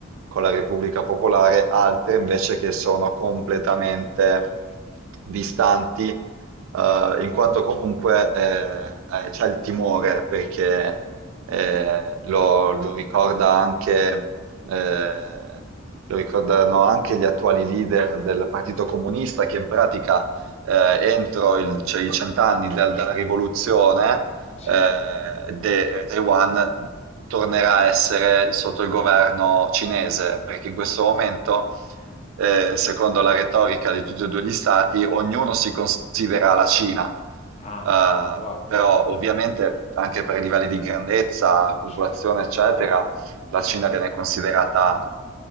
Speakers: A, on the right; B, on the left.
A: con la Repubblica Popolare, altre invece che sono completamente
B: Certo.
A: distanti, eh, in quanto comunque eh, eh, c'è il timore, perché eh, lo, lo ricorda anche... eh, lo ricordano anche gli attuali leader del Partito Comunista che in pratica eh, entro il- cioè, i cent'anni dal- dalla rivoluzione
B: Sì?
A: eh, de- Taiwan tornerà a essere sotto il governo cinese, perché in questo momento, eh, secondo la retorica di tutti e due gli stati, ognuno si considera la Cina.
B: Ah,
A: Eh,
B: wow,
A: però ovviamente anche per i livelli di grandezza, popolazione,
B: certo.
A: eccetera, la Cina viene considerata